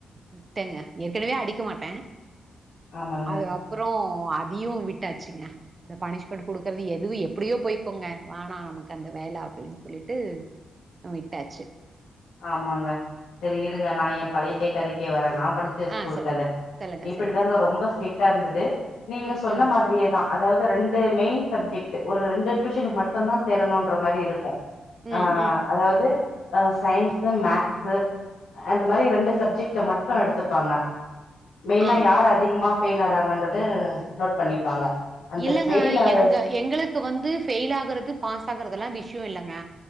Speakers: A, on the right (about 25°); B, on the left (about 85°).
A: விட்டேங்க ஏற்கனவே அடிக்க மாட்டே
B: ஆமாங்க
A: அது அப்றொ ஒ அதையு விட்டாச்சுங்க இந்த பனிஷ்மெண்ட் குடுக்குறது எதுவு எப்புடியோ போய்க்கொங்க வாணா நமக்கந்த வேல அப்டின் சொல்லிட்டு விட்டாச்சு
B: ஆமாங்க செரி இருங்க நா ஏ பழை ய கதைக்கே வர நா படிச்ச ஸ்கூலு
A: ஆ சொல்லுங்க
B: கத
A: சொல்லுங்க
B: இப்பிடித்தாங்க
A: சொல்லுங்க
B: ரொம்ப ஸ்ட்ரிட்டா இருந்தது நீங்க
A: ம்
B: சொன்ன
A: ம்
B: மாதிரியே தா அதாவ்து ரெண்டு மெய்ன் சப்ஜெக்டு ஒர் ரெண்டு டியூஷனுக்கு மட்டுந்தா சேரணுன்ற மாரி இருக்கு
A: ம்
B: ஆ
A: ம் ம்
B: அதாவ்து அ சயின்ஸு மேக்ஸு
A: ம்
B: அந்த மாரி ரெண்டு சப்ஜெக்ட் ட மட்டு எடுத்துப்பாங்க மெய்னா
A: ஆ
B: யார் அதிகமா ஃபெயில் ஆறாங்கன்றது நோட் பண்ணிப்பாங்க அந்த
A: இல்லங்க
B: ஃபெயில் ஆற
A: எங்க எங்களுக்கு வந்து ஃபெயில் ஆகுறது பாஸ் ஆகுறதல்லா விஷ்யொ இல்லங்க